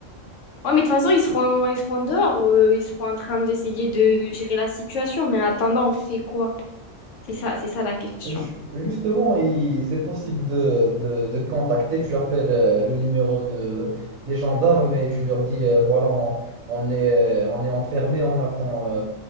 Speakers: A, on the left (about 70°); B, on the right (about 85°).
A: Ouais, mais de toute façon, ils seront, ils seront dehors, euh, ils seront en train d'essayer de gérer la situation, mais en attendant, on fait quoi? C'est ça, c'est ça la question.
B: Ju- Justement, il- c'est possible de, de, de contacter. Tu appelles euh, le numéro de, des gendarmes et tu leur dis euh, voilà, on, on est, on est enfermé, on attend, euh,